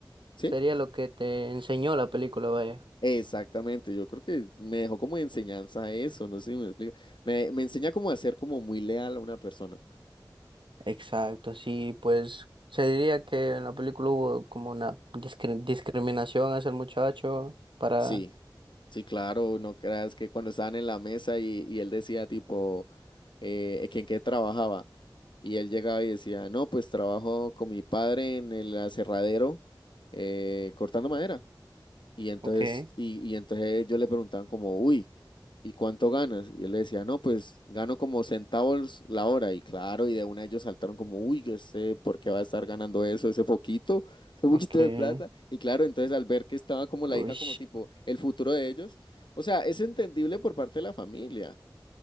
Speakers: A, on the left (about 70°); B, on the right (about 85°).
A: ¿sí?
B: Sería lo que te enseñó la película, vaya.
A: Exactamente, yo creo que me dejó como enseñanza eso, no sé si me explico. Me, me enseña como a ser como muy leal a una persona.
B: Exacto, sí, pues se diría que en la película hubo como una discri- discriminación hacia el muchacho para...
A: Sí, sí, claro, no creas que cuando estaban en la mesa y, y él decía tipo, eh, que en qué trabajaba. Y él llegaba y decía, no, pues trabajo con mi padre en el aserradero eh, cortando madera. Y entonces,
B: Ok,
A: y, y entonces yo le preguntaban como, uy, ¿y cuánto ganas? Y él le decía, no, pues gano como centavos la hora. Y claro, y de una ellos saltaron como, uy, yo sé por qué va a estar ganando eso, ese poquito, ese poquito
B: ok.
A: de plata. Y claro, entonces al ver que estaba como la
B: Uy,
A: hija, como tipo, el futuro de ellos, o sea, es entendible por parte de la familia